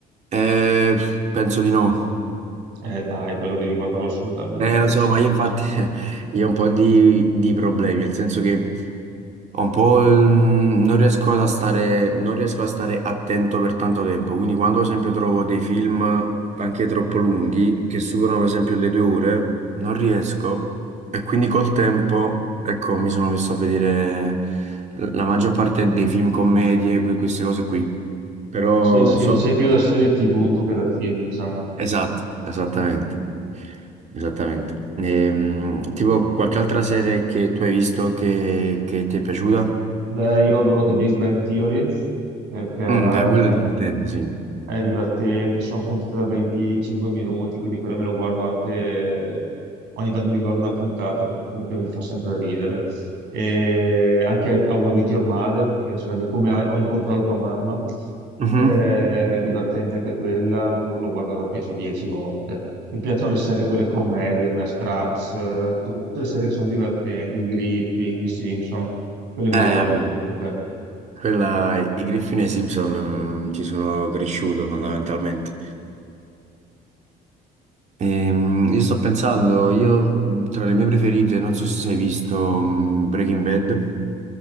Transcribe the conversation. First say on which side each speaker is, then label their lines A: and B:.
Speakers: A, on the right; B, on the right.
A: Eh, penso di no.
B: Eh dai, quello devi guardarlo assolutamente.
A: Eh, lo so, ma io infatti <laughs> io ho un po' di, di problemi, nel senso che ho un po' il- non riesco ad stare, non riesco a stare attento per tanto tempo, quindi quando ad esempio trovo dei film anche troppo lunghi, che superano per esempio le due ore, non riesco e quindi col tempo, ecco, mi sono messo a vedere la maggior parte dei film commedie, que- queste cose qui. Però
B: Se, se-
A: so
B: sei più da serie TV tu che da film, diciamo.
A: Esatto, esattamente. Esattamente. Ehm, tipo qualche altra serie che tu hai visto che, che ti è piaciuta?
B: Beh, io adoro The Big Bang Theory perché
A: Mm,
B: la-
A: eh, quello
B: è,
A: è divertente, sì.
B: è divertente, sono puntate da 25 minuti, quindi quello me lo guardo anche, ogni tanto mi guardo una puntata perché comunque mi fa sempre ridere. E anche How I Met Your Mother, che sarebbe come ho, ho incontrato tua mamma,
A: Mhm.
B: è divertente anche quella, però l'ho guardata penso 10 volte. Mi piacciono le serie, quelle commedie, a me, Scrubs, eh, tutto- tutte le serie che sono divertenti, Griffin, Simpson, quelle me
A: Eh,
B: le guardo
A: vabbè.
B: tutte.
A: quella, i Griffin e i Simpson, mm, ci sono cresciuto fondamentalmente. Ehm, io sto pensando, io mm, tra le mie preferite, non so se hai visto mm, Breaking Bad.